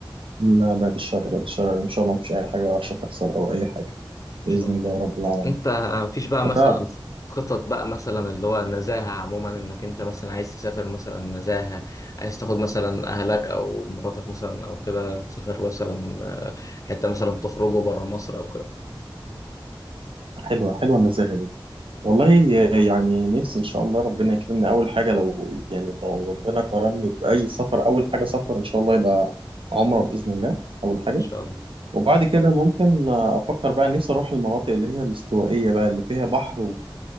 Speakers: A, on the right (about 80°); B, on the left (about 40°).
A: لا بعد الشر بعد الشر يعني ان شاء الله مفيش اي حاجة وحشة تحصل او اي حاجة
B: ان
A: باذن
B: شاء الله
A: الله رب العالمين
B: انت مفيش بقى
A: فتاة
B: مثلا خطط بقى مثلا اللي هو نزاهة عموما انك انت مثلا عايز تسافر مثلا نزاهة عايز تاخد مثلا اهلك او مراتك مثلا او كده تسافر مثلا آه، حتة مثلا تخرجوا بره مصر او كده ان
A: حلوة حلوة النزاهة دي والله يعني نفسي ان شاء الله ربنا يكرمني اول حاجه لو يعني لو ربنا كرمني باي سفر اول حاجه سفر ان شاء الله يبقى عمره باذن الله اول حاجه
B: شاء الله
A: وبعد كده ممكن افكر بقى نفسي اروح المناطق اللي هي الاستوائيه بقى اللي فيها بحر